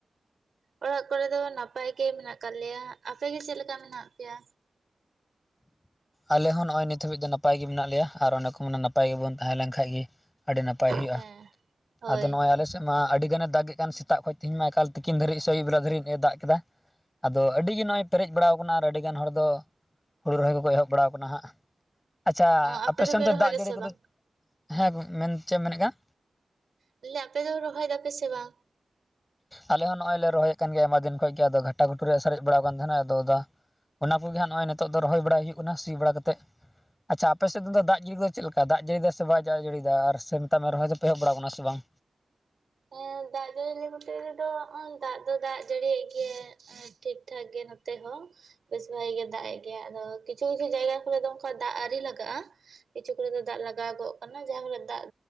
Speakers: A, on the right; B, on the left.
A: ᱚᱲᱟᱜ ᱠᱚᱨᱮ ᱫᱚ ᱱᱟᱯᱟᱭ ᱜᱮ ᱢᱮᱱᱟᱜ ᱠᱟᱜ ᱞᱮᱭᱟ᱾ ᱟᱯᱮᱜ ᱜᱮ ᱪᱮᱫ ᱞᱮᱠᱟ ᱢᱮᱱᱟᱜ ᱯᱮᱭᱟ?
B: ᱟᱞᱮ ᱦᱚᱸ ᱱᱚᱜᱼᱚᱭ ᱱᱤᱛ ᱦᱟᱹᱵᱤᱜ ᱫᱚ ᱱᱟᱯᱟᱭ ᱜᱮ ᱢᱮᱱᱟᱜ ᱞᱮᱭᱟ ᱟᱨ ᱚᱱᱮ ᱠᱚ ᱢᱮᱱᱟ ᱱᱟᱯᱟᱭ ᱜᱮᱵᱚᱱ ᱛᱟᱦᱮᱸᱞᱮᱱ ᱠᱷᱟᱭ ᱜᱮ ᱟᱹᱰᱤ ᱱᱟᱯᱟᱭ ᱦᱩᱭᱩᱜᱼᱟ᱾
A: ᱦᱮᱸ ᱦᱳᱭ
B: ᱟᱫᱚ ᱱᱚᱜ- ᱚᱭ ᱟᱞᱮ ᱥᱮᱜ ᱢᱟ ᱟᱹᱰᱤ ᱜᱟᱱᱮ ᱫᱟᱜᱮ ᱠᱟᱱ ᱥᱮᱛᱟᱜ ᱠᱷᱚᱱ ᱛᱤᱦᱤᱧ ᱢᱟ ᱮᱠᱟᱞ ᱛᱤᱠᱤᱱ ᱫᱷᱟᱹᱨᱤᱡ ᱥᱮ ᱟᱹᱭᱩᱵ ᱵᱮᱲᱟ ᱫᱷᱵᱤᱡ ᱮ ᱫᱟᱜᱽ ᱠᱮᱫᱟ᱾ ᱟᱫᱚ ᱟᱹᱰᱤᱜᱮ ᱱᱚᱜᱼᱚᱭ ᱯᱮᱨᱮᱡ ᱵᱟᱲᱟᱣ ᱠᱟᱱᱟ ᱟᱨ ᱟᱹᱰᱤᱜᱟᱱ ᱦᱚᱲ ᱫᱚ ᱠᱚ ᱦᱩᱲᱩ ᱨᱚᱦᱚᱭ ᱠᱚᱠᱚ ᱮᱦᱚᱵ ᱵᱟᱲᱟᱣ ᱠᱟᱱᱟ ᱦᱟᱸᱜ, ᱟᱪᱪᱷᱟ
A: ᱚ
B: ᱟᱯᱮ
A: ᱫᱚᱯᱮ
B: ᱥᱮᱱ ᱫᱚ
A: ᱨᱚᱦᱚᱭ
B: ᱫᱟᱜᱽ
A: ᱫᱟᱥᱮ
B: ᱡᱟᱹᱲᱤ ᱠᱚᱫᱚ
A: ᱵᱟᱝ
B: ᱦᱮᱸ ᱢᱮᱱ ᱪᱮᱜ ᱮᱢ ᱢᱮᱱᱮᱜ ᱠᱟᱱ?
A: ᱛᱟᱞᱮ ᱟᱯᱮ ᱫᱚ ᱨᱚᱦᱚᱭ ᱫᱟᱯᱮ ᱥᱮ ᱵᱟᱝ?
B: ᱟᱞᱮ ᱦᱚᱸ ᱱᱚᱜᱼᱚᱭ ᱞᱮ ᱨᱚᱦᱚᱭᱮᱜ ᱠᱟᱱ ᱜᱮᱭᱟ ᱟᱭᱢᱟ ᱫᱤᱱ ᱠᱷᱚᱭ ᱜᱮ ᱟᱫᱚ ᱜᱷᱟᱴᱟ ᱜᱷᱩᱴᱩ ᱨᱮ ᱥᱟᱨᱮᱡ ᱵᱟᱲᱟᱣ ᱠᱟᱱ ᱛᱟᱦᱮᱸᱱᱟ ᱟᱫᱚ ᱫᱟ ᱚᱱᱟ ᱠᱚᱜᱮ ᱦᱟᱸᱜ ᱱᱚᱜᱼᱚᱭ ᱱᱤᱛᱚᱜ ᱫᱚ ᱨᱚᱦᱚᱭ ᱵᱟᱲᱟᱭ ᱦᱩᱭᱩᱜ ᱠᱟᱱᱟ ᱥᱤ ᱵᱟᱲᱟ ᱠᱟᱛᱮᱜ᱾ ᱟᱪᱪᱷᱟ ᱟᱯᱮ ᱥᱮᱜ ᱫᱚ ᱫᱟᱜᱽ ᱡᱟᱹᱲᱤ ᱫᱚ ᱪᱮᱫ ᱞᱮᱠᱟ ᱫᱟᱜᱽ ᱡᱟᱹᱲᱤᱭᱫᱟᱭ ᱥᱮ ᱵᱟᱭ ᱫᱟᱜᱽ ᱡᱟᱹᱲᱤᱭᱫᱟ ᱟᱨ ᱥᱮ ᱢᱮᱛᱟᱜ ᱢᱮ ᱨᱚᱦᱚᱭ ᱫᱚᱯᱮ ᱮᱦᱚᱵ ᱵᱟᱲᱟᱣ ᱠᱟᱱᱟ ᱥᱮ ᱵᱟᱝ?
A: ᱮᱸ ᱫᱟᱜᱽ ᱡᱟᱹᱲᱤ ᱱᱚᱛᱮ ᱨᱮᱫᱚ ᱚᱸ ᱫᱟᱜᱽ ᱫᱚ ᱫᱟᱜᱽ ᱡᱟᱹᱲᱤᱭᱮᱫ ᱜᱮᱭᱟᱭ ᱟᱸ ᱴᱷᱤᱠ ᱴᱷᱟᱠ ᱜᱮ ᱱᱚᱛᱮ ᱦᱚᱸ᱾ ᱵᱮᱥ ᱵᱷᱟᱜᱤ ᱜᱮ ᱫᱟᱜᱽ ᱮᱜ ᱜᱮᱭᱟᱭ ᱟᱫᱚ ᱠᱤᱪᱷᱩ ᱠᱤᱪᱷᱩ ᱡᱟᱭᱜᱟ ᱠᱚᱨᱮ ᱫᱚ ᱚᱱᱠᱟ ᱫᱟᱜᱽ ᱟᱣᱨᱤ ᱞᱟᱜᱟᱜᱼᱟ᱾ ᱠᱤᱪᱷᱩ ᱠᱚᱨᱮ ᱫᱚ ᱫᱟᱜᱽ ᱞᱟᱜᱟᱣ ᱜᱚᱜ ᱠᱟᱱᱟ ᱡᱟᱦᱟᱸ ᱠᱚᱨᱮᱫ ᱫᱟᱜᱽ